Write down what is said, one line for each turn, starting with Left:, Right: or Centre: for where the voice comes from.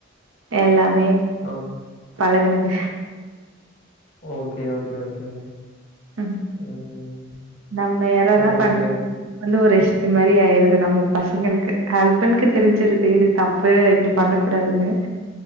Right: எல்லாமே
Left: ஆஹ்
Right: பழகனது
Left: ஓகே ஓகே ஓகேங்க
Right: உம்
Left: ம்.
Right: நம ஏறெல்லாம்
Left: உங்களுக்கு
Right: பண் வந்து ஒருஊஷ <unintelligible> ஸ்பின்மாதிரி ஆயது நம்ம பசங்களுக்கு ஹெ உனக்கு தெரிஞ்சிருது இது தப்பு இப்படி பண்ண கூடாதுங்க